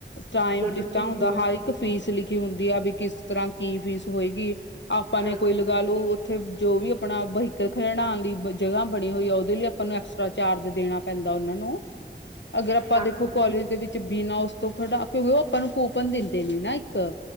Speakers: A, on the left; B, on the right.
A: ਟਾਈਮ ਰਿਸਟਾਂ
B: ਛੁੱਟੀ
A: ਹੁੰਦਾ
B: ਹੁੰਦੀ ਆ
A: ਹਰ ਇੱਕ ਇੱਕ ਫੀਸ ਲਿਖੀ ਹੁੰਦੀ ਆ ਵੀ ਕਿਸ ਤਰ੍ਹਾਂ ਕੀ ਫੀਸ ਹੋਏਗੀ, ਆਪਾਂ
B: ਹਾਂਜੀ
A: ਨੇ ਕੋਈ ਲਗਾ ਲੂ। ਉਥੇ ਜੋ ਵੀ ਅਪਣਾ ਬਹੀਕਲ ਖਡਾਣ ਦੀ ਬ ਜਗਾ ਬਣੀ ਹੋਈ ਆ ਉਹਦੇ ਲਈ ਆਪਾਂ ਨੂੰ ਐਕਸ ਦਾ ਚਾਰਜ ਦੇਣਾ ਪੈਂਦਾ ਉਨਾਂ ਨੂੰ। ਅਗਰ ਆਪਾਂ
B: ਹਾਂਜੀ
A: ਦੇਖੋ ਕਾਲਜ ਦੇ ਵਿੱਚ ਬਿਨਾ ਉਸ ਤੋਂ ਖੜਾ, ਕਿਉਕਿ ਉਹ ਆਪਾਂ ਨੂੰ ਕੂਪਨ ਦਿੰਦੇ ਨੇ ਨਾ ਇੱਕ।